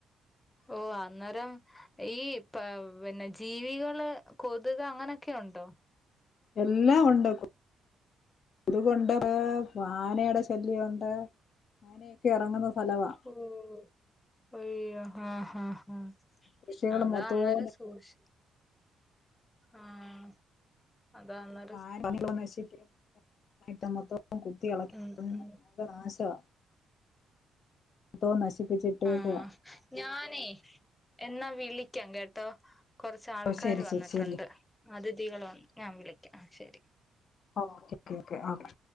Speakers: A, on the left (about 15°); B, on the left (about 55°).
A: ഓഹ് അന്നേരം ഈ പ പിന്നെ ജീവികള് കൊതുക് അങ്ങനൊക്കെ ഉണ്ടോ
B: എല്ലാം ഒണ്ടാകും കൊതുകുണ്ട് ആനേടെ ശല്യം ഒണ്ട് അങ്ങനെയൊക്കെ ഇറങ്ങുന്ന സ്ഥലവാ
A: ഓഹ് അയ്യോ ആഹ ഹാ
B: കൃഷികൾ
A: അതാ
B: മൊത്തവും
A: അന്നേരം സൂക്ഷി ആഹ് അതാന്ന്
B: <unintelligible> മൊത്തം കുത്തി എളക്കി
A: ഉം ഉം
B: നാശവാ എന്തോ നശിപ്പിച്ചിട്ടേക്ക
A: ആഹ് ഞാനേ എന്നാ വിളിക്കാം കേട്ടോ കൊറച്ച് ആൾക്കാര്
B: ഓ ശരി ശരി
A: വന്നിട്ടുണ്ട്
B: ശരി
A: അതിഥികകൾ വന്ന് ഞാൻ വിളിക്കാം ആഹ് ശരി
B: ഓകെ ഓകെ ഓകെ